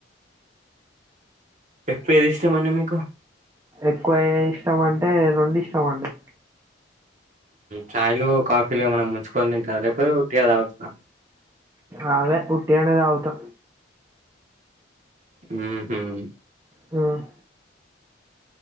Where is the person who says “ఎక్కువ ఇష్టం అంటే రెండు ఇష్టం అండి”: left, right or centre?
Right